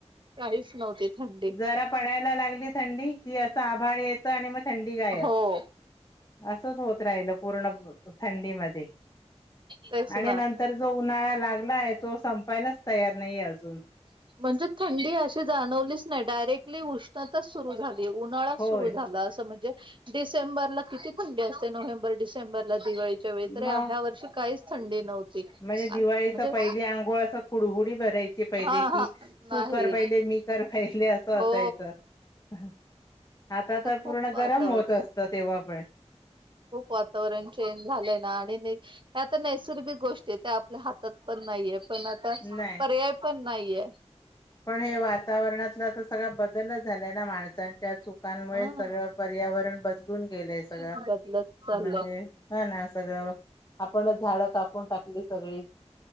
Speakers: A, on the right; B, on the left.
A: काहीच नव्हती थंडी
B: जरा पडायला लागली थंडी की असं आभाळ येत आणि मग थंडी गायब
A: हो
B: असंच होत राहिल. पूर्ण प थंडी मध्ये
A: तेच
B: आणि
A: ना
B: नंतर जो उन्हाळा लागलाय तो स संपायलाच तयार नाहीये अजून.
A: म्हणजे थंडी अशी जाणवलीच नाही डायरेक्ट उष्णताचं सुरु झाली उन्हाळाचं
B: होय
A: सुरु झाला असं म्हणजे डिसेंबरला किती थंडी असते नोव्हेंबर, डिसेंबरला दिवाळीच्या वेळी तर ह्या
B: मग
A: या वर्षी काहीच थंडी नव्हती.
B: म्हणजे दिवाळीचा
A: म्हणजे
B: पहिली आंघोळ असं कुडहुडी भराय पहिले
A: हा
B: की
A: हा नाही
B: तू कर पाहिले, मी कर पाहिले अस
A: हो
B: असायचं अ हं. आता तर
A: खूप
B: पूर्ण
A: वातावरण
B: गरम होत असत तेव्हा पण
A: खूप वातावरण चेंज झालंय ना आणि आता नैसर्गिक गोष्टी त्या आपल्या हातात पण नाहीये पण आता
B: नाही
A: पर्याय पण नाहीये.
B: पण हे वातावरणातलं तर सगळा बदलच झालाय ना माणसां त्या चुकांमुळे
A: हा
B: सगळं पर्यावरण बदलून गेलंय सगळं.
A: बदलत चाललंय
B: म्हणजे हा ना सगळं आपणच झाडं कापून टाकली सगळी